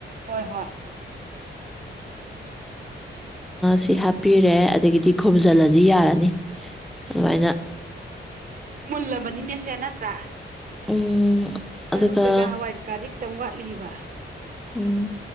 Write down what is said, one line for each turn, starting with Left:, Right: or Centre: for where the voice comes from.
Right: ꯍꯣꯏ ꯍꯣꯏ
Centre: ꯁꯤ ꯍꯥꯞꯄꯤꯔꯦ ꯑꯗꯒꯤꯗꯤ ꯈꯣꯨꯝꯖꯤꯜꯂꯁꯤ ꯌꯥꯔꯅꯤ ꯑꯗꯨꯃꯥꯏꯅ
Right: ꯃꯨꯜꯂꯕꯅꯤꯅꯦꯁꯦ ꯅꯠꯇ꯭ꯔꯥ
Centre: ꯎꯝ ꯑꯗꯨꯒ
Right: ꯑꯥꯂꯨ ꯀꯩꯀꯥ ꯍꯋꯥꯏ ꯀꯩꯀꯥꯗꯤ ꯈꯤꯇꯪ ꯋꯥꯠꯂꯤꯕ
Centre: ꯎꯝ